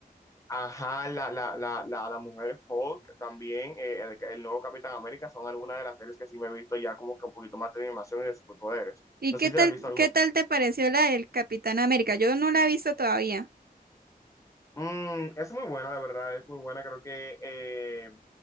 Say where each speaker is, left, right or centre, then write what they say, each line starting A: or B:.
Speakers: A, on the left (about 20°); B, on the right (about 80°).
A: ajá, la, la, la, la, la Mujer Hulk también, eh, el, el nuevo Capitán América, son algunas de las series que sí me he visto ya como que un poquito más de animación y de superpoderes.
B: ¿Y
A: No
B: qué
A: sé si
B: tal,
A: te has visto alguna.
B: qué tal te pareció la del Capitán América? Yo no la he visto todavía.
A: Mm, es muy buena, la verdad, es muy buena. Creo que eh,